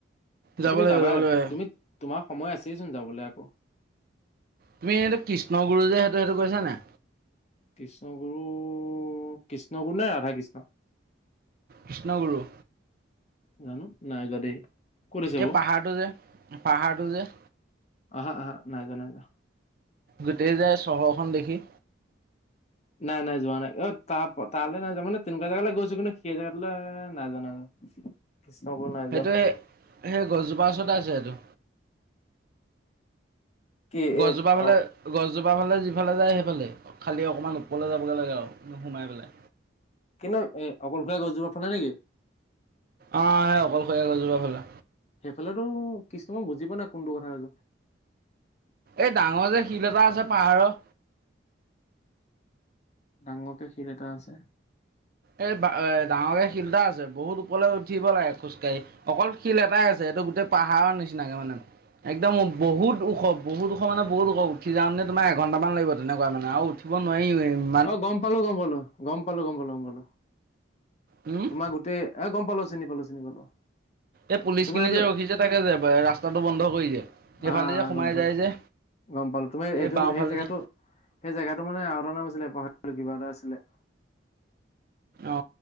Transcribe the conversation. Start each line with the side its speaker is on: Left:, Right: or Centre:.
Left: আৰু
Right: যাব
Left: তুমি
Right: লাগিব
Left: যাবা
Right: যাব লাগিব
Left: তুমি, তোমাৰ সময় আছেইচোন যাবলৈ আকৌ 'অ'
Right: তুমি এইটো কৃষ্ণ গুৰু যে সেইটো সেইটো কৈছ নে
Left: কৃষ্ণগুৰু কৃষ্ণগুৰু নাই ৰাধা কৃষ্ণ
Right: কৃষ্ণগুৰু
Left: জানো নাই য দেই ক'ত আছে বাৰু
Right: এই পাহাৰটো যে পাহাৰটো যে
Left: অা অা নাইাজা নাইা
Right: গোটেই যায় চহৰখন দেখি
Left: নাই নাই যোৱা নাই অ ত তালৈ নাযা মানে তেনেকুৱা জেগালৈ গৈছো কিন্তু সেই জোগাাতৈ নাযা নাই কৃষ্ণ ক নাই
Right: সেইটো
Left: য
Right: সেই সেই গছজোপাৰ ওচৰতে আছে এইটো
Left: কি
Right: গছজোপা
Left: এ
Right: হ'লে
Left: অ
Right: গছজোপা ফালে যিফালে যায় সেইফালে খালি অকণমান ওপৰলৈ যাবগৈ লাগে আৰু নোসোমাই পেলাই
Left: কিন্তু এ অকলশীয়া গছজোপত ফালে নেকি
Right: অ সে অকলশীয়া আ কজোৰাা ফালে
Left: সেইফালেতো কিছুমান বুজি পোৱা নাই কোনটো কথাছ
Right: এই ডাঙৰ যে শিল এটা আছে পাহাৰৰ
Left: ডাঙৰকে শত এটা আছে
Right: এই এ ডাঙৰক শিল্দা আছে বহুত ওপৰলৈ উঠিব লাগে খোজকাঢ়ি অকল শিল এটাই আছে এইটো গোটেই পাহাৰৰ নিচিনাকে মানে একদম বহুত ওখ বহুত ওখ মানে বহুত খ উঠি যাওঁ নে তোম এঘণ্টামান লাগিব তেনেকুৱা মানে আৰু উঠি ব নোৱাৰ হ
Left: অ গম পালো গম পালো গম পালো গম পালো গম পালো
Right: উম
Left: তোমাক গোটেই এ গম পালো চিনি পালো চিনি পালো
Right: এই পুলিচ
Left: তোমাৰ
Right: খিনি
Left: এইটো
Right: যে ৰখিছে তাকে যে ৰাস্তাটো বন্ধ কৰি যে এইফালে
Left: আহ
Right: যে সোমাই
Left: গম পালো।
Right: যায় যে
Left: গম পালো তুমাৰ
Right: এই
Left: এইটো
Right: বাওঁফালে
Left: সেই জেগাটো
Right: যে
Left: সেই জেগাটো মানে আৰু এটা নাম আছিলে পাহাৰো কিবা এটা আছিলে
Right: অ